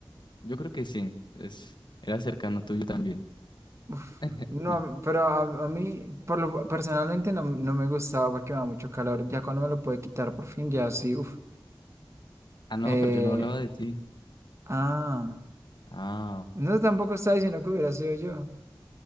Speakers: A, on the left; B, on the right.
A: Yo creo que sí, es, era cercano tuyo también.
B: Uf.
A: <laughs>
B: No, pero a, a mí, por lo, personalmente no, no me gustaba porque me da mucho calor. Ya cuando me lo pude quitar por fin, ya sí, uf.
A: Ah, no,
B: Eh,
A: pero yo no hablaba de ti.
B: ah,
A: Ah,
B: no, tampoco estaba diciendo que hubiera sido yo.